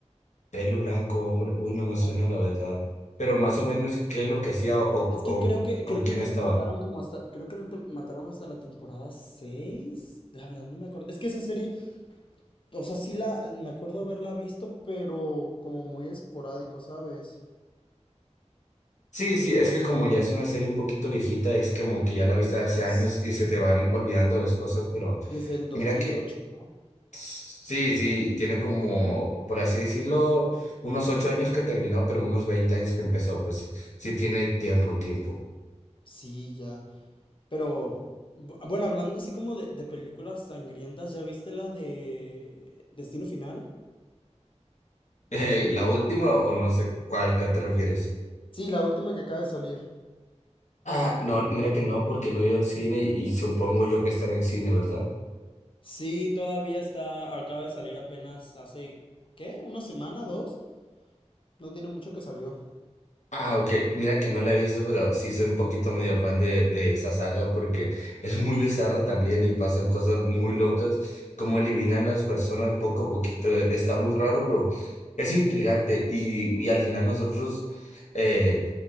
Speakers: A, on the left; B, on the left.
A: Pelo blanco, hombre. Uy, no me suena
B: Bueno.
A: la verdad. Pero más o menos, ¿qué es lo que hacía o,
B: Es
A: o
B: que creo que
A: con
B: creo
A: quién
B: que ya
A: estaba?
B: lo mataron como hasta creo que lo te- mataron hasta la temporada 6. La verdad no me acuerdo. Es que esa serie, o sea, sí la me acuerdo haberla visto, pero como muy esporádico, ¿sabes?
A: Sí, sí, es que como ya es una serie un poquito viejita, es como que ya la viste hace años
B: Sí.
A: y se te van olvidando las cosas, pero
B: Desde el dos
A: mira
B: mil
A: que
B: ocho, ¿no?
A: sí, sí, tiene como, por así decirlo, unos ocho años que terminó, pero unos 20 años que empezó, pues sí, sí tiene tiempo, tiempo. <laughs>
B: Sí, ya. Pero bu- bueno, hablando así como de, de películas sangrientas, ¿ya viste la de Destino Final?
A: Eh, la última o no sé cuál, ¿a te refieres?
B: Sí, la última que acaba de salir.
A: Ah, no, mira que no, porque no he el cine y supongo yo que está en el cine, ¿verdad?
B: Sí, todavía está, acaba de salir apenas hace, ¿qué? ¿Una semana, dos? No tiene mucho que salió.
A: Ah, ok. Mira que no la he visto, pero sí soy un poquito medio fan de, de esa saga porque <laughs> es muy bizarra también y pasan cosas muy locas, como eliminan las personas poco a poquito. eh, Está muy raro, pero es intrigante y, y al final nosotros, eh,